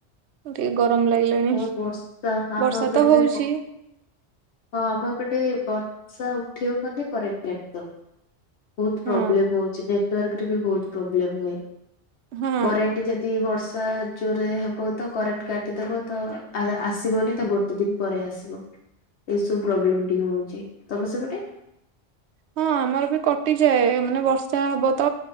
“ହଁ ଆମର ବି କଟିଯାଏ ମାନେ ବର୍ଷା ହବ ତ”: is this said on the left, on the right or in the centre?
Right